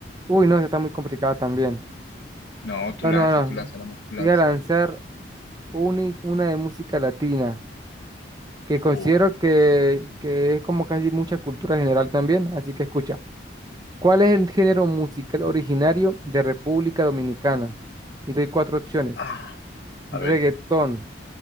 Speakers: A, on the right; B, on the left.
A: Uy, no, esta está muy complicada también.
B: No, tú
A: No,
B: lanza,
A: no, no.
B: tú lanza, nada más, tú lanza.
A: Te voy a lanzar uni- una de música latina, que considero
B: Oh,
A: que, que es como casi mucha cultura general también, así que escucha. ¿Cuál es el género musical originario de República Dominicana? Y doy cuatro opciones.
B: ah, a
A: Reggaetón,
B: ver.